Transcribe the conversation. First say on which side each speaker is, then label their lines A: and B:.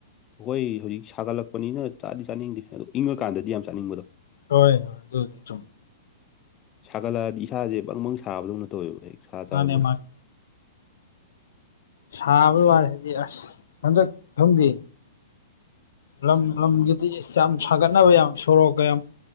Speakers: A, on the left; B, on the left.
A: ꯍꯣꯏ ꯍꯧꯖꯤꯛ ꯁꯥꯒꯠꯂꯛꯄꯅꯤꯅ ꯆꯥꯗꯤ ꯆꯥꯅꯤꯡꯗꯦ ꯑꯗꯣ ꯏꯪꯉꯀꯥꯟꯗꯗꯤ ꯌꯥꯝ ꯆꯥꯅꯤꯡꯕꯗꯣ
B: ꯍꯣꯏ ꯍꯣꯏ ꯑꯗꯨ ꯑꯗꯨ ꯆ
A: ꯁꯥꯒꯠꯂꯛꯑꯗꯤ ꯏꯁꯥꯁꯦ ꯕꯪꯕꯪ ꯁꯥꯕꯗꯧꯅ ꯇꯧꯋꯦꯕ ꯍꯦꯛ ꯁꯥ ꯆꯥꯔꯛꯄꯩ
B: ꯃꯥꯅꯦ ꯃꯥꯅꯦ ꯁꯥꯕꯒꯤ ꯋꯥꯁꯤꯗꯤ ꯑꯁ ꯍꯟꯗꯛ ꯈꯪꯗꯦ ꯂꯝ ꯂꯝꯒꯤꯗꯤ ꯌꯥꯝ ꯁꯥꯒꯠꯅꯕ ꯌꯥꯝ ꯁꯣꯔꯣꯛꯀ ꯌꯥꯝ